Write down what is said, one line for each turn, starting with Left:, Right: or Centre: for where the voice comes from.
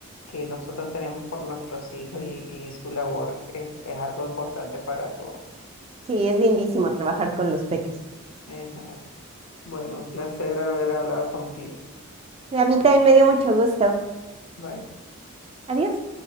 Left: que nosotros tenemos por nuestros hijos y, y su labor es, es algo importante para todos.
Right: Sí, es lindísimo trabajar con los peques.
Left: Ajá. Bueno, un placer haber hablado contigo.
Right: A mí también me dio mucho gusto.
Left: Bye.
Right: Adiós.